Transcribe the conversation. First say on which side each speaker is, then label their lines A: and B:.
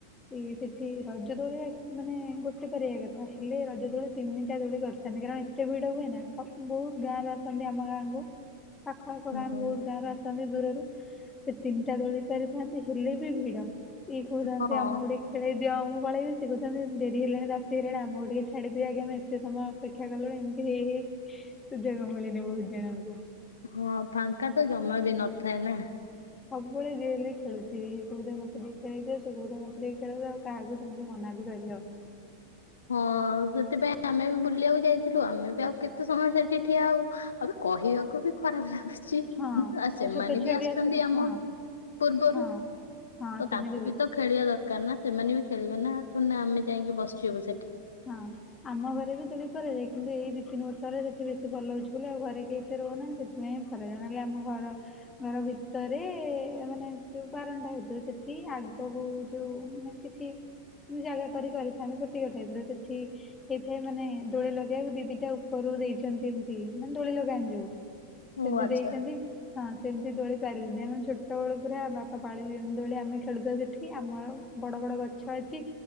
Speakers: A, on the left; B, on the left.
A: ସିଏ ସେଠି ରଜ ଦୋଳି ମାନେ ଗୋଟେ ପରିବା କଥା ହେଲେ ରଜ ଦୋଳେ ତିନିଟା ଦୋଳେ କରି ମାନେ କାରଣ ଏତେ ଭିଡ ହୁଏ ନା ସତ ବହୁତ। ଗାଁ ରେ ଅସନ୍ତି ଆମ ଗାଁଙ୍କୁ ପାଖଆଖ
B: ହୁଁ।
A: ଗାଁ ରେ ବହୁତ ଗାଁ ରେ ଆ ଅଛନ୍ତି ଦୂରରୁ ସେ ତିନିଟା ଦୋଳି ପାରିଥାନ୍ତି ହେଲେ ବି ଭିଡ। ଇଏ କହୁନାହାନ୍ତି
B: ହଁ
A: ଆମକୁ ଟିକେ ଖେଳେଇ ଦିଅ ମୁଁ ପଳେଇବି ସେ କହୁଥାନ୍ତି ଡେରି ହେଲାଣି ରାତି ହେଲାଣି ଆମକୁ ଟିକେ ଛାଡିଦିଅ ଆଜ୍ଞା ମ୍ୟାମ୍। କେତେ ସମୟ ଅପେକ୍ଷା କଲେଣି ଏମିତି ହେଇ ହେଇ ସୁଯୋଗ ମିଳେନି ବହୁତ ଜଣଙ୍କୁ।
B: ହଁ ଫାଙ୍କା ତ ଜମା ବି ନଥାଏ ନା।
A: ସବୁବେଳେ ଯିଏ ହେଲେ ବି ଖେଳୁଥିବି ଇଏ କାହୁଥିବ ମତେ ଟିକେ ଖେଳେଇଦିଅ ସେ କହୁଥିବ ମତେ ଟିକେ ଖେଳେଇଦିଅ। ଆଉ କାହାକୁ ସେମିତି ମନା ବି କରିହବନି।
B: ହଁ ସେଥିପାଇଁ ଆମେ ବି ବୁଲିବାକୁ ଯାଇଥିଲୁ ଆମେ ବି ଆଉ କେତେ ସମୟ ସେଠି ଠିଆ ହବୁ। ଆବେ କହିବାକୁ ବି ଖରାପ ଲାଗୁଛି। ସେ
A: ହଁ
B: ଆ ସେମାନେ
A: ଛୋଟ ଛୁଆ
B: ବି ଆସିଛନ୍ତି
A: ଆସିଲେ
B: ଆମ
A: ହଁ
B: ପୂର୍ବରୁ।
A: ହଁ ହଁ
B: ତ
A: ସେମିତି
B: ତାଙ୍କୁ
A: ହୁଏ।
B: ବି ତ ଖେଳିବା ଦରକାର ନା ସେମାନେ ବି ଖେଳିବେ ନା ଥୋଡ଼ିନା ଆମେ ଯାଇକି ବସିଛୁ ଏବେ ସେଠି।
A: ହଁ ଆମ ଘରେ ବି ସେମିତି କରାଯାଏ କିନ୍ତୁ ଏଇ ଦି ତିନି ବର୍ଷ ରେ ସେଠି ବେଶୀ ଭଲ ହଉଛି ବୋଲି ଆଉ ଘରେ କେ ହିଁ ରହୁନାହାନ୍ତି ସେଥିପାଇଁ ଘରେ ଜଣେଇଲେ ଆମ ଘର ଘର ଭିତରେ ମାନେ ଯୋଉ ବାରଣ୍ଡା ହେଇଥାଏ ସେଠି ଆଗକୁ ଯୋଉ ମାନେ କିଛି ମୁଁ ଜାଗା କରି କରିପାରିଥାନ୍ତି ସେଠିକା ଟାଇପ୍ ର ସେଠି ସେଇଥିପାଇଁ ମାନେ ଦୋଳି ଲଗେଇବାକୁ ଦିଦିଟା ଉପରୁ ଦେଇଛନ୍ତି ଏମତି ମାନେ ଦୋଳି ଲଗାନ୍ତି ଯୋଉ।
B: ଓ
A: ସେମତି
B: ଆଚ୍ଛା
A: ଦେଇଛନ୍ତି। ହଁ ସେମିତି ଦୋଳି ପାରିବିନି ଆମେ ଛୋଟବେଳୁ ପୁରା ବାପା ପାଳି ଦୋଳି ଆମେ ଖେଳୁଥାଉ ସେଠି ଆମର। ବଡ ବଡ ଗଛ ଅଛି